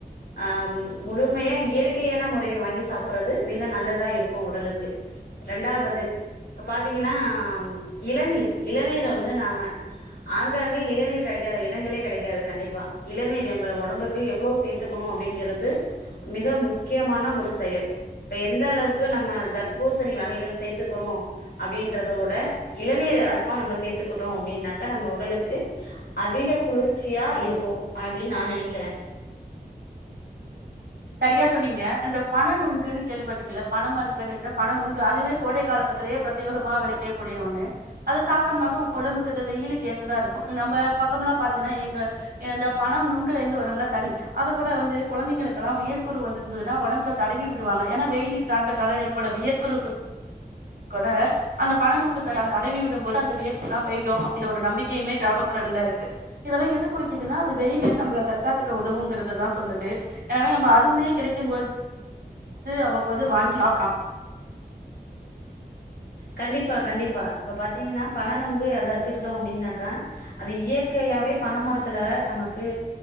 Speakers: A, on the left (about 85°); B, on the right (about 70°).
A: ஆஹ் முழுமையா இயற்கையான முறையில் வாங்கி சாப்பிடறது மிக நல்லதா இருக்கு உடலுக்கு இரண்டாவது இப்ப பாத்தீங்கன்னா இளநீர் இளநீர வந்து நாம ஆங்காங்கே இளநீர் கடை கிடைக்காத இடங்களே கிடைக்காது கண்டிப்பா இளநீர் நம்ப ஒடம்புக்கு எவ்ளோ சேர்த்துக்கணு அப்படிங்கிறது மிக முக்கியமான ஒரு செயல் இப்ப எந்த அளவுக்கு நம்ம தர்பூசணி வகைகள் சேர்த்துக்கிறோ அப்படின்றத விட இளநீர் அதுதா நம்ம சேர்த்துக்கிட்டோம் அப்படின்னாக்கா நம்ம உடலுக்கு அதிக குளிர்ச்சியா இருக்கு அப்படின்னு நா நினைக்கிற
B: சரியா சொன்னீங்க இந்த பண நுங்குன்னு கேள்விப்பட்டிருக்கீலா பண மரத்துல கிடைக்கிற பண நுங்கு அதுவே கோடை காலத்திலே பிரத்யேகமா விளயக்கூடிய ஒண்ணு அத சாப்பிட்டம்னாலு உங்க உடம்புக்கு இந்த வெய்யிலுக்கு ஏற்றதா இருக்கு நம்ப பக்கமெல்லாம் பாத்தீங்கன்னா எங்க இந்த பண நுங்குல இருந்து வரும்ல்ல தண்ணி அத கூட வந்து கொழந்தைங்களுக்கு லாம் வியர்குரு வந்திருந்துனா ஒடம்புல தடவி விடுவாங்க ஏனா வெய்யிலின் தாக்கத்தால ஏற்படும் வியற்குறுக்கு கூட அந்த பணநுங்கு தடவி விடும் விடும்போது அந்த வேர்குறு எல்லா போயிடு இதில ஒரு நம்பிக்கையுமே கிராமப்புறகள்ல இருக்கு இதெல்லா எத குறிக்குதுன்னா அது வெய்யில இருந்து நம்மள தற்காத்துக்க உதவுங்கறதுதா சொல்லுது எனவே நம்ப அதுமே கிடைக்கும்போது அவ்வப்போது வாங்கி சாப்பிடலா
A: கண்டிப்பா கண்டிப்பா இப்ப பாத்தீங்கன்னா பணநொங்கு அத எடுத்துக்கிட்டோ அப்படின்னாக்கா அது இயற்கையாவே பணமரத்துல நமக்கு